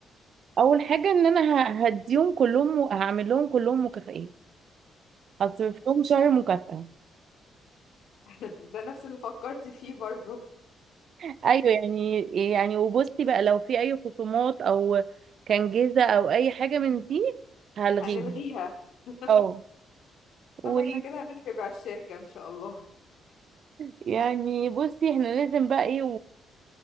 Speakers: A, on the right (about 60°); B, on the left (about 75°).
A: اول حاجه ان انا ه- هديهم كلهم و- هعمل لهم كلهم مكافئين هصرف لهم شهر مكافأة
B: <laughs> ده نفس اللي فكرت فيه برضو
A: ايوه يعني يعني وبصي بقى لو في اي خصومات او كان جيزه او اي حاجه من دي هلغيها
B: هنلغيها <laughs>
A: اه و
B: طب احنا كده هنخرب على الشركة ان شاء الله
A: يعني بصي احنا لازم بقى ايه